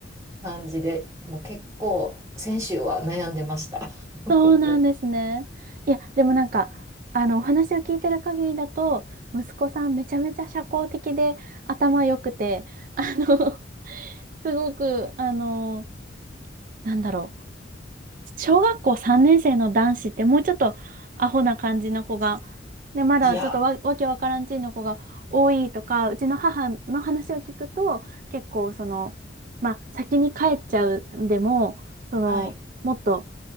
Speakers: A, on the right; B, on the right.
A: 感じでもう結構先週は悩んでました。本当に
B: そうなんですね。いや、でもなんか、あの、お話を聞いてる限りだと、息子さんめちゃめちゃ社交的で頭良くて、あの、<laughs> すごく、あの、なんだろう。小学校3年生の男子ってもうちょっとアホな感じの子が、ね、まだちょっとわ、
A: いや、
B: わけわからんちんの子が多いとか、うちの母の話を聞くと、結構その、まあ、先に帰っちゃうでも、その、
A: はい。
B: もっと